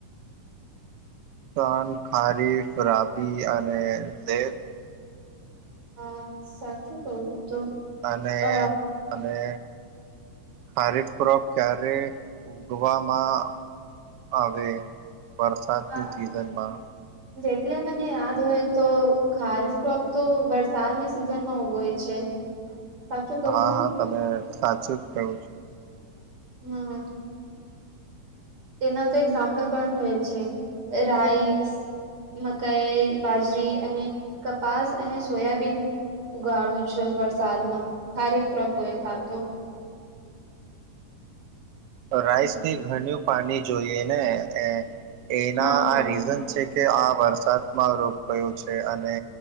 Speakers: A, on the right; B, on the right.
A: તન ખારીફ, રાબી અને વેદ.
B: હા, સાચું કઉ. તો
A: અને....
B: અ
A: અને.... ખારેફ ક્રોપ ક્યારે ઉવામાં હવે વરસાદની
B: આ
A: સિઝનમાં.
B: જેટલે મને યાદ હોય, તો ખારસ ક્રોપ તો વરસાદની સિઝનમાં ઉભોય. છે. સાચું કહું
A: હા,
B: ને
A: હા તમે સાચું જ કેવ છો.
B: હા. તેના તો એક્ઝામ્પલ પણ હોય છે. રાઈસ... મકાઈ, બાઝરી અને કપાસ અને સોયાબીન. ઉગાડું છો. વરસાદમાં ખારીફ <unintelligible> હોય આતો
A: રાઈસની
B: હમ
A: ઘન્યું પાની જોઈએ ને? એ એના,
B: હા હા
A: આ રીઝન છે. કે આ વરસાદમાં રોગ ભયો છે અને